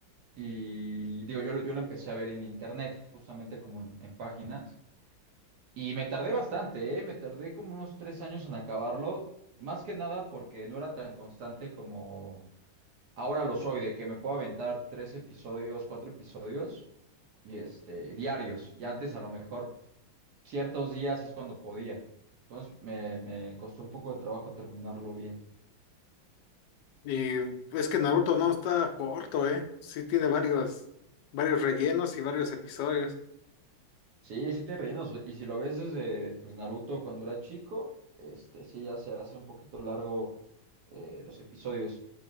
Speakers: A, on the right; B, on the left.
A: y digo, yo lo, yo lo empecé a ver en internet, justamente como en, en páginas y me tardé bastante, ¿eh? Me tardé como unos tres años en acabarlo, más que nada porque no era tan constante como... Ahora lo soy, de que me puedo aventar tres episodios, cuatro episodios, y este, diarios. Y antes a lo mejor ciertos días es cuando podía. Entonces me, me costó un poco de trabajo terminarlo bien.
B: Y es que Naruto no está corto, ¿eh? Sí tiene varios, varios rellenos y varios episodios.
A: Sí, sí tiene rellenos. Y si lo ves desde pues Naruto cuando era chico, este sí ya se hace un poquito largo eh, los episodios.